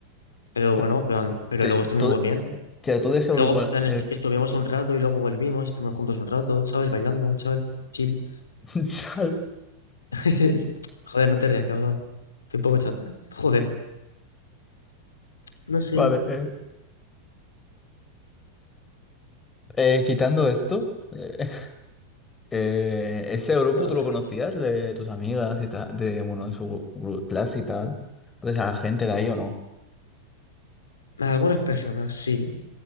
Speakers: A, on the left; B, on the left.
A: Pero
B: Pero
A: bueno, en plan, pero
B: te,
A: luego estuvimos
B: todo,
A: bien.
B: todo ese
A: Luego,
B: grupo...
A: en plan,
B: el-
A: est- estuvimos un rato y luego volvimos, estuvimos juntos un rato, ¿sabes? Bailando, chaval, chill.
B: <laughs>
A: <laughs> Joder, no te rías, cabrón. Estoy un poco chat. Joder, no sé.
B: Vale, eh, eh, quitando esto. eh, Eh, ese grupo
A: Ay,
B: tú lo conocías de tus amigas y tal, de, bueno, de su gru- clase y tal. Entonces, a la gente de ahí o no.
A: Algunas personas, sí.